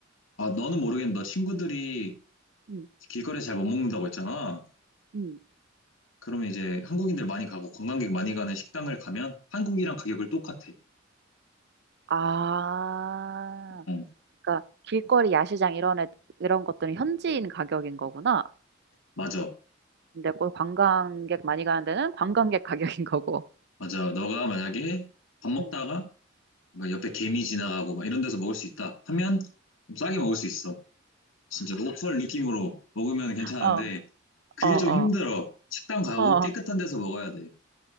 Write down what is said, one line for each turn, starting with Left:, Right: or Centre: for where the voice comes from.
Left: 아, 너는 모르겠는데, 너 친구들이
Right: 응,
Left: 길거리에 잘 못 먹는다고 했잖아.
Right: 응.
Left: 그러면 이제 한국인들 많이 가고 관광객 많이 가는 식당을 가면 한국이랑 가격을 똑같아.
Right: 아,
Left: 응,
Right: 그러니까 길거리 야시장 이런 애, 이런 것들은 현지인 가격인 거구나.
Left: 맞아.
Right: 근데 꼭 관광객 많이 가는 데는 관광객 가격인 거고.
Left: 맞아. 너가 만약에 밥 먹다가
Right: 음.
Left: 막 옆에 개미 지나가고 막 이런 데서 먹을 수 있다 하면 좀 싸게 먹을 수 있어. 진짜 로컬 느낌으로 먹으면 괜찮은데,
Right: 어,
Left: 그게
Right: 어, 어,
Left: 좀 힘들어. 식당 가고
Right: 어.
Left: 깨끗한 데서 먹어야 돼.